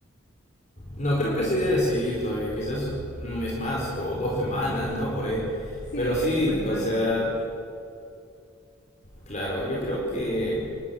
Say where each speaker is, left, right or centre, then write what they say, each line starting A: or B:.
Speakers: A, on the left; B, on the left.
A: No, creo que sí debe seguir todavía, quizás un mes más o dos semanas, ¿no? Por ahí.
B: Sí,
A: Pero
B: es
A: sí,
B: que como es Marvel.
A: o sea, claro, yo creo que...